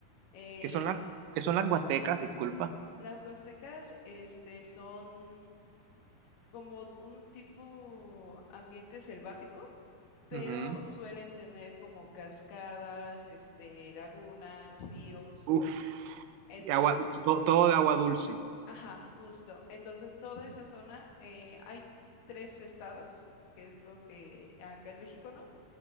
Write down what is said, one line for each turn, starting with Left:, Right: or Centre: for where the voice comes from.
Left: Eh,
Right: ¿Qué son las, qué son las Huastecas? Disculpa.
Left: las huastecas, este, son como un tipo ambiente selvático, pero
Right: Ujú.
Left: suelen tener como cascadas, este, lagunas, ríos.
Right: Uf,
Left: Entonces,
Right: y agua, to- todo de agua dulce.
Left: Ajá, justo. Entonces, toda esa zona, eh, hay tres estados, que es lo que acá en México, ¿no?